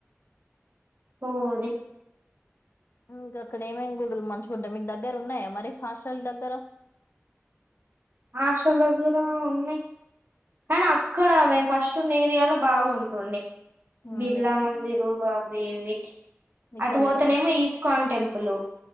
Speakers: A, on the right; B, on the left.
A: సో అదే
B: ఇంకా అక్కడ ఏమేం గుడులు మంచిగుంటయ్ మీకు దగ్గర ఉన్నాయా మరి హాస్టల్ దగ్గర
A: హాస్టల్ దగ్గర ఉన్నాయి కానీ అక్కడ మేము ఫస్ట్ వున్న ఏరియాలో బాగుంటుండె
B: ఉమ్
A: బిర్లా మందిరు అవి ఇవి
B: ఇక్కలేవా
A: అటు పోతేనేమో ఈస్కాన్ టెంపుల్